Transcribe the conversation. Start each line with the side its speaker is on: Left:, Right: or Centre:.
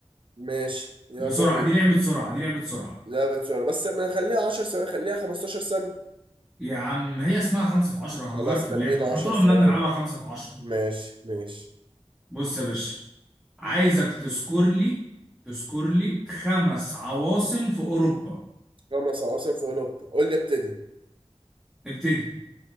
Right: ماشي يلا
Centre: بسرعة
Right: بينا
Centre: دي لعبة سرعة دي لعبة سرعة
Right: لعبة صورة بس ما نخليها 10 ثواني خليها 15 ثانية
Centre: يا عم هي اسمها خمسة في عشرة
Right: خلاص
Centre: هنغير في
Right: خلينا
Centre: اللعبة ما احنا
Right: 10
Centre: طول
Right: ثواني
Centre: عمرنا بنلعبها خمسة في عشرة
Right: ماشي ماشي
Centre: بص يا باشا عايزك تذكر لي تذكر لي خمس عواصم في أوروبا
Right: خمس عواصم في أوروبا قول لي ابتدي
Centre: ابتدي